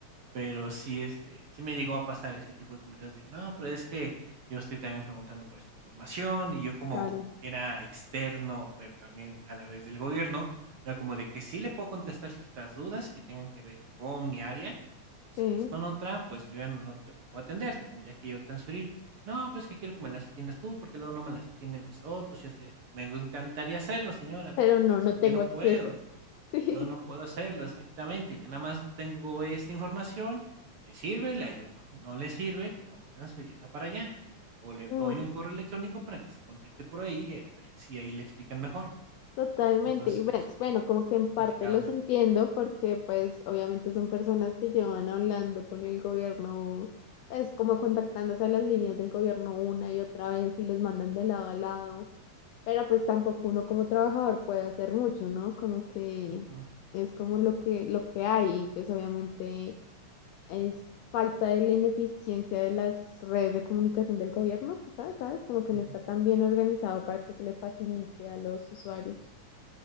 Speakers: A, on the right (about 65°); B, on the left (about 80°).
A: Pero sí, este, sí me llegó a pasar ese tipo de comentarios de que: "No, pero es que yo estoy también preguntando por esta información", y yo como
B: claro,
A: era externo, pero también a la vez del gobierno, era como de que sí le puedo contestar ciertas dudas que tengan que ver con mi área, pues,
B: sí,
A: si es con otra, pues, yo ya no te lo puedo atender, te tendría que yo transferir. "No, pues, que quiero que me las atiendas tú, porque luego no me las atienden los otros", y yo así "Me encantaría hacerlo, señora, pero,
B: pero no,
A: pues, es
B: no
A: que
B: tengo
A: yo no
B: acceso.
A: puedo".
B: <laughs>
A: Yo no puedo hacerlo, exactamente. Yo nada más tengo esta información, le sirve, le ayudo. No le sirve, tengo que transferirla para allá. O le
B: Sí.
A: doy un correo electrónico para que se contacte por ahí y a ver si ahí le explican mejor.
B: Totalmente,
A: Entonces,
B: y ves,
A: pues,
B: bueno, como que en
A: lo
B: parte
A: complicado.
B: los entiendo porque pues obviamente son personas que llevan hablando con el gobierno, pues como contactándose a las líneas del gobierno una y otra vez y los mandan de lado a lado, pero pues tampoco uno como trabajador puede hacer mucho, ¿no? Como que
A: Ujú,
B: es como lo que, lo que hay, y pues obviamente es falta de la ineficiencia de las redes de comunicación del gobierno, quizás, ¿sabes? Como que
A: ujú.
B: no está tan bien organizado para que se le facilite a los usuarios.